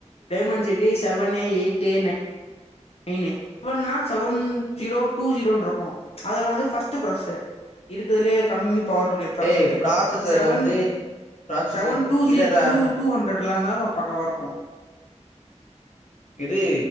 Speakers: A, on the left (about 55°); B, on the left (about 85°).
A: diamond city seven eight nine மெய்னு இப்பஸநா செவன் ஜீரோ டூ ஜீரோனு இருக்கு ப்ச் அதெல்லா வந்து ப்ர்ஸ்ட் ப்ராசஸ் இருக்குறதுலயே கம்மி பவருடைய ப்ராசெரே
B: ஏய் ப்ராசஸர்
A: செவன்
B: வந்து ப்ராசஸர்
A: செவன் டூ
B: இருடா
A: ஜீரோ டூ டூ ஹண்ட்ரட் டிலாம்ந்தா பக்கவா இருக்கும்
B: இது